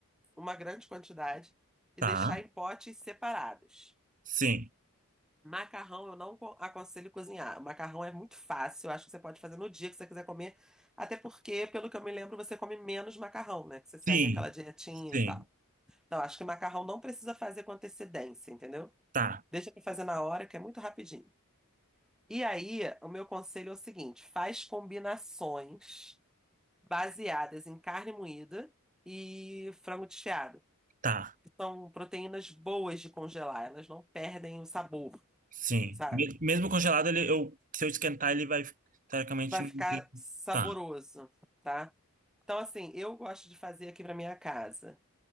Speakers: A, in the centre; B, on the right.
A: uma grande quantidade e
B: tá,
A: deixar em potes separados.
B: sim,
A: Macarrão eu não co- aconselho cozinhar. O macarrão é muito fácil, eu acho que você pode fazer no dia que você quiser comer, até porque, pelo que eu me lembro, você come menos macarrão, né? Que você segue
B: sim,
A: aquela dietinha
B: sim,
A: e tal. Então, acho que macarrão não precisa fazer com antecedência, entendeu?
B: tá,
A: Deixa pra fazer na hora, que é muito rapidinho. E aí, o meu conselho é o seguinte: faz combinações baseadas em carne moída e frango desfiado,
B: tá.
A: que são proteínas boas de congelar, elas não perdem o sabor.
B: Sim.
A: sabe?
B: Me- Mesmo congelado, ele, eu, se eu esquentar, ele vai, teoricamente,
A: Vai
B: manter.
A: ficar saboroso,
B: Tá.
A: tá? Então, assim, eu gosto de fazer aqui pra minha casa.